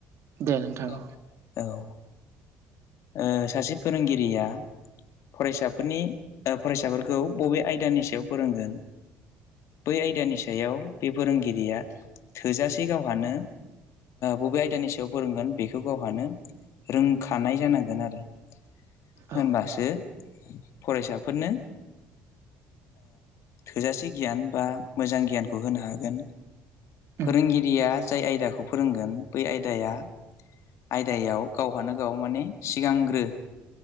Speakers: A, on the right (about 60°); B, on the left (about 65°).
A: दे नोंथां
B: <unintelligible>
A: औ
B: औ ओ सासे फोरोंगिरिया। फरायसाफोरनि फरायसाफोरखौ बबे आयदानि सायाव फोरोंगोन। बै आयदानि सायाव बे फोरोंगिरिया थोजासे गावहानो। बबे आयदानि सायाव फोरोंगोन बेखौ गावहानो रोंखानाय जानांगोन। होनबासो
A: औ
B: फरायसाफोरनो थोजासे गियान बा मोजां गियानखौ होनो हागोन।
A: उम
B: फोरोंगिरिया जाय आयदाखौ फोरोंगोन बै आयदाया आयदायाव गावहानो गाव माने सिगांग्रो